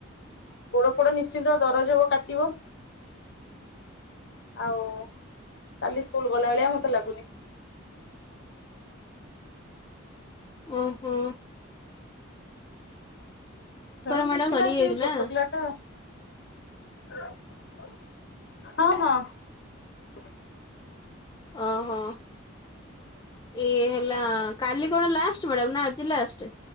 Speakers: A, on the left (about 55°); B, on the left (about 20°).
A: ଗୋଡଫୋଡ ନିଶ୍ଚିତ ଦରଜ ହବ, କା ଟିବ ଆଉ କାଲି ସ୍କୁଲ୍ ଗଲା ଭଳିଆ ମୋତେ ଲାଗୁନି।
B: ଓ ହଁ।
A: ହଉ ଦେଖିବା
B: ମ୍ୟାଡାମ ସରିଯାଇଛି
A: ସେ ଛୋଟ
B: ନା
A: ପିଲା ଟା। ହଁ, ହଁ।
B: ଓହୋ ଏ ହେଲା କାଲି କଣ ଲାଷ୍ଟ ମ୍ୟାଡାମ୍ ନା ଆଜି ଲାଷ୍ଟ?